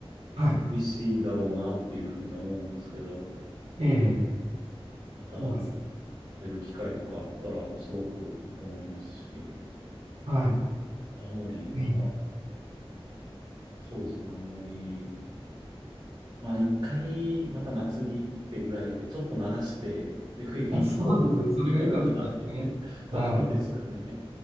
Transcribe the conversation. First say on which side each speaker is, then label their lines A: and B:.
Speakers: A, on the right (about 80°); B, on the right (about 45°).
A: はい。
B: 美味しいんだろうなっていうふうには思うんですけど、
A: ええ、
B: また
A: そうですね。
B: 食べる機会とかあったらすごくいいと思いますし、
A: はい。
B: 青森、また、
A: ぜひ。
B: そうですね、青森、まあ一回また夏に行ってぐらいで、ちょっと慣らして、で、冬に行った方がいいのかなって
A: あ、そうですね。それがいいかもしれないですね。
B: <laughs> ところですかね。
A: はい。